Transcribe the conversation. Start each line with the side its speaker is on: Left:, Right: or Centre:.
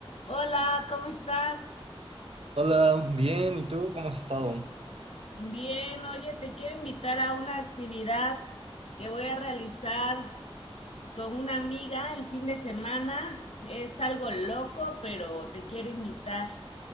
Left: Hola, ¿cómo estás?
Right: Hola, bien, ¿y tú cómo has estado?
Left: Bien, oye, te quiero invitar a una actividad que voy a realizar con una amiga el fin de semana. Es algo loco, pero te quiero invitar.